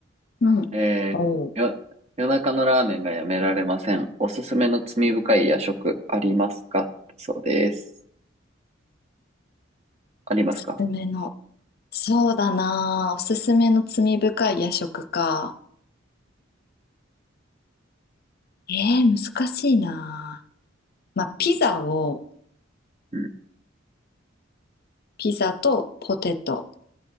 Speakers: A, on the left; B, on the right.
A: うん。
B: えー、
A: おう。
B: よ、夜中のラーメンがやめられません。おすすめの罪深い夜食ありますかそうです。ありますか
A: おすすめの。そうだなあ。おすすめの罪深い夜食か。えー、難しいなあ。まあ、ピザを、
B: うん、
A: ピザとポテト